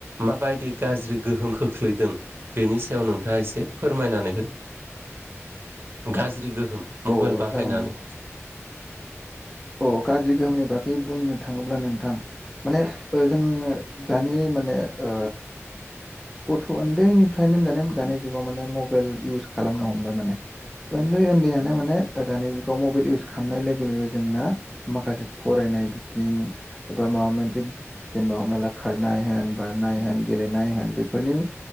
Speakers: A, on the right; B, in the centre.
A: माबायदि गाज्रि गोहोम खोख्लैदों बेनि सायाव नोंथाङा एसे फोरमायनानै हो गाज्रि गोहोम मबाइल
B: अ
A: बाहायनानै
B: जागोन नों अ गाज्रि गोहोमनि बागै बुंनो थाङोब्ला नोंथां माने ओ जों दानि माने ओ गथ' उन्दैनिफ्रायनो दानि दानि जुगाव माने मबाइल इउस खालामनो हमबाय माने उन्दै उन्दैयानो माने दानि जुगाव मबाइल इउज खालामनाय लोगो लोगो जोंना माखासे फरायनाय बिथिं एबा माबा मोनसे जेनेबा हमना ला खारनाय होन बारनाय होन गेलेनाय होन बेफोरनि ओ